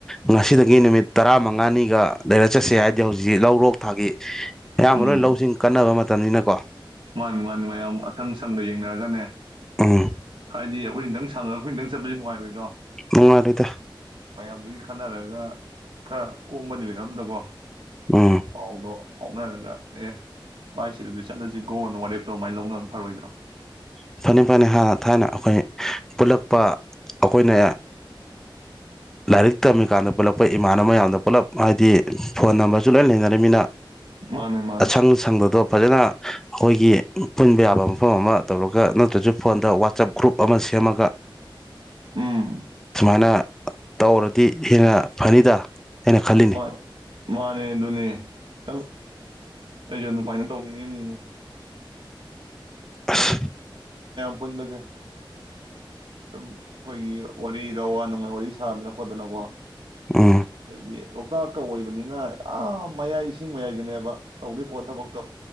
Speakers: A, in the centre; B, on the right.
A: ꯉꯁꯤꯗꯒꯤ ꯅꯨꯃꯤꯠ ꯇꯔꯥ ꯃꯉꯥꯅꯤꯒ ꯂꯩꯔ ꯆꯠꯁꯦ ꯍꯥꯏꯕꯗꯤ ꯍꯧꯖꯤꯛ ꯂꯧꯔꯣꯛ ꯊꯥꯒꯤ ꯑꯌꯥꯝꯕ
B: ꯎꯝ
A: ꯂꯣꯏ ꯂꯧꯁꯤꯡ ꯀꯟꯅꯕ ꯃꯇꯝꯅꯤꯅ ꯀꯣ
B: ꯃꯥꯅꯤ ꯃꯥꯅꯤ ꯃꯌꯥꯝ ꯑꯁꯪ ꯁꯪꯒ ꯌꯦꯡꯅꯔꯒꯅꯦ
A: ꯑ
B: ꯍꯥꯏꯗꯤ ꯑꯩꯈꯣꯏ ꯊꯇꯪ ꯁꯪꯉꯒ ꯑꯩꯈꯣꯏ ꯈꯤꯇꯪ ꯆꯠꯁꯁꯨ ꯉꯥꯏꯔꯣꯏꯗꯣ
A: ꯅꯨꯡꯔꯗ
B: ꯃꯌꯥꯝꯗꯨꯒꯤ ꯈꯟꯅꯔꯒ ꯈꯔ ꯀꯣꯝꯕ ꯅꯨꯃꯤꯠ ꯑꯝꯗꯀꯣ
A: ꯎꯝ
B: ꯄꯥꯎꯗꯣ ꯐꯥꯎꯅꯔꯒ ꯑꯦ ꯚꯥꯏ ꯁꯤꯗꯗꯤ ꯆꯠꯂꯁꯤꯀꯣꯅ ꯋꯥꯔꯦꯞꯇꯣ ꯑꯗꯨꯃꯥꯏꯅ ꯂꯧꯅꯕ ꯐꯔꯣꯏꯗ꯭ꯔꯣ
A: ꯐꯅꯤ ꯐꯅꯤ ꯍꯥꯟꯅ ꯊꯥꯏꯅ ꯑꯩꯈꯣꯏ ꯄꯨꯂ ꯄꯂꯛꯄ ꯑꯩꯈꯣꯏꯅ ꯂꯥꯏꯔꯤꯛ ꯇꯝꯃꯤꯀꯥꯟꯗ ꯄꯨꯜꯂꯛꯄ ꯏꯃꯥꯟꯅꯕ ꯌꯥꯝꯅ ꯄꯨꯜꯂꯞ ꯍꯥꯏꯗꯤ ꯐꯣꯟ ꯅꯝꯕꯔꯁꯨ ꯂꯣꯏ ꯂꯩꯅꯔꯃꯤꯅ
B: ꯃꯥꯅꯦ ꯃꯥꯅꯦ
A: ꯑꯁꯪ ꯁꯪꯕꯗꯣ ꯐꯖꯅ ꯑꯩꯈꯣꯏꯒꯤ ꯄꯨꯟꯕ ꯌꯥꯕ ꯃꯐꯝ ꯑꯃ ꯇꯧꯔꯒ ꯅꯠꯇ꯭ꯔꯁꯨ ꯐꯣꯟꯗ ꯋꯥꯆꯞ ꯒ꯭ꯔꯨꯞ ꯑꯃ ꯁꯦꯝꯃꯒ
B: ꯎꯝ
A: ꯊꯨꯅ ꯇꯧꯔꯗꯤ ꯍꯦꯟꯅ ꯐꯅꯤꯗ ꯑꯩꯅ ꯈꯜꯂꯤꯅꯤ
B: ꯃꯥ ꯃꯥꯅꯦ ꯗꯨꯅꯦ ꯇꯪ ꯑꯩꯁꯨ ꯑꯗꯨꯃꯥꯏꯅ ꯇꯧꯅꯤꯡꯉꯤꯕꯅꯤꯅꯦ
A: ꯑꯁ
B: ꯄꯨꯣꯏꯟꯕꯒ ꯁꯨꯝ ꯑꯩꯈꯣꯏꯒꯤ ꯋꯥꯔꯤꯗꯋꯥ ꯋꯥꯔꯤ ꯁꯥꯗꯅ ꯈꯣꯠꯇꯅꯀꯣ
A: ꯎꯝ
B: ꯂꯩꯗꯤ ꯂꯣꯛꯇꯥꯛꯀ ꯑꯣꯏꯕꯅꯤꯅ ꯑ ꯃꯌꯥꯏ ꯏꯁꯤꯡ ꯃꯌꯥꯏꯗꯅꯦꯕ ꯇꯧꯗꯣꯏ ꯄꯣꯠ ꯊꯕꯛꯇꯣ